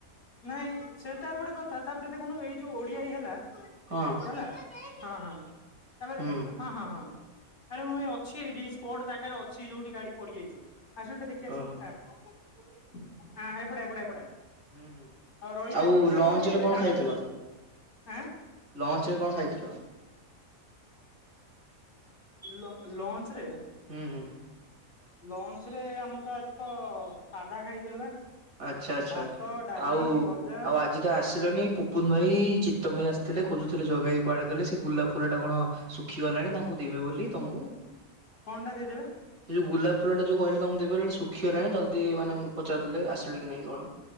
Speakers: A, on the left (about 60°); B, on the right (about 70°).
A: ନାଇଁ ସେଟା ଗୋଟେ କଥା ତାପରେ ଦେଖୁନୁ ଏଇ ଯୋଉ ଓଡିଆଇ ହେଲା
B: ହଁ
A: ହେଲା ହଁ ହଁ ତାପରେ
B: ହୁଁ
A: ହଁ ହଁ ହଁ ଆରେ ମୁଁ ଏଇ ଅଛି ଏଇଠି ସ୍ପଟ୍ ଜାଗାରେ ଅଛି ଯୋଉଠି ଗାଡି ପଡିଯାଇଛି ଆସଲୁ ଟିକେ ଦେ ଚେଷ୍ଟା,
B: ଓହୋ
A: ହଁ ଏପଟେ ଏପଟେ ଏପଟେ।
B: ହୁଁ ହୁଁ,
A: ରହିଥା
B: ଆଉ
A: ଟିକେ
B: ଲଞ୍ଚରେ
A: ରହ ଏ
B: କଣ
A: ଜାଗାରେ
B: ଖାଇଥିଲ?
A: ଆଁ
B: ଲଞ୍ଚରେ କଣ ଖାଇଥିଲ?
A: ଲ ଲଞ୍ଚରେ?
B: ହୁଁ ହୁଁ।
A: ଲଞ୍ଚରେ ଆମେ ତ ଆଜି ତ ସାଧା ଖାଇଥିଲୁ ବା।
B: ଆଚ୍ଛା ଆଚ୍ଛା
A: ଭାତ, ଡାଲି,
B: ଆଉ
A: ଭଜା।
B: ଆଉ ଆଜି ତ ଆସିଲନି ପୁପୁନ୍ ଭାଇ ଚିତ୍ତ ଭାଇ ଆସିଥିଲେ ଖୋଜୁଥିଲେ ଜଗା ଭାଇ କୁଆଡ଼େ ଗଲେ ସେ ଗୁଲାପ୍ ଫୁଲଟା କଣ ଶୁଖିଗଲାଣି ତାଙ୍କୁ ଦେବେ ବୋଲି ତମକୁ।
A: କଅଁଟା ଦେଇଦେବେ?
B: ସେ ଯୋଉ ଗୁଲାପ ଫୁଲଟା ଯୋଉ କହିଲେ ତମକୁ ଦେବେ ବୋଲି ଶୁଖିଗଲାଣି ଜଲ୍ଦି ମାନେ ପଚାରୁଥିଲେ ଆସିଲଣି କି ନାଇଁ କଣ।